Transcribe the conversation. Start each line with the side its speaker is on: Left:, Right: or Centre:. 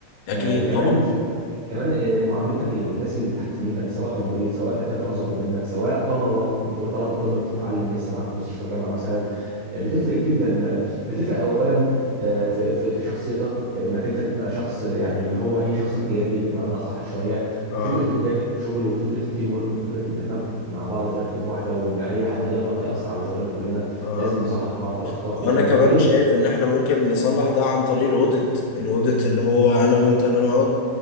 Right: آه،
Left: اكيد
Right: كمان
Left: طبعا
Right: كمان آه، معاملتك للناس اللي تحت منك سواء تمريض سواء دكاتره اصغر منك سواء طلبه طب
Left: مم.
Right: طلبه طب بتتعلم لسه معاك في مستشفى الجامعه مثلا آه، بتفرق جدا آه، بتفرق اولا آه، في في في شخصيتك آه، انك انت تبقى شخص آه، يعني اللي هو ايه شخص قيادي بمعنى اصح شويه
Left: اه
Right: آه، فكره القياده في الشغل وفكره التيم ورك وفكره ان احنا مع بعض في مركب واحده وان اي حد هيغلط هياثر على شغلنا كلنا
Left: اه
Right: لازم نصحح لبعض الاخطاء
Left: وانا
Right: كده من
Left: كمان
Right: غير
Left: شايف ان احنا ممكن نصلح ده عن طريق الاوديت الاوديت اللي هو انا وانت نقعد